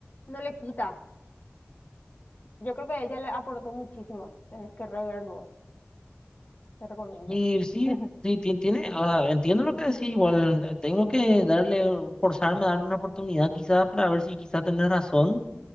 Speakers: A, on the left; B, on the left.
A: no le quita. Yo creo que ella le aportó muchísimo. Tenés que reverlo, te recomiendo.
B: Y sí,
A: <laughs>
B: sí, ti- tiene, ah, entiendo lo que decís, igual eh, tengo que darle, forzarme a darle una oportunidad quizá para ver si quizá tenés razón.